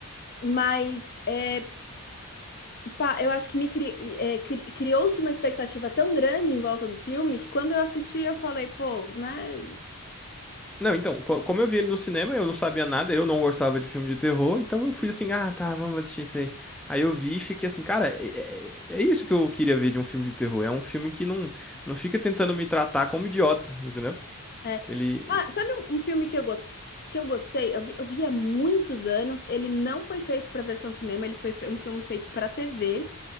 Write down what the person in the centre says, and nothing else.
Não, então, co- como eu vi ele no cinema, eu não sabia nada, eu não gostava de filme de terror, então eu fui assim, ah, tá, vamos assistir isso aí. Aí eu vi e fiquei assim, cara, é, é- é isso que eu queria ver de um filme de terror. É um filme que não, não fica tentando me tratar como idiota, entendeu?
Ele.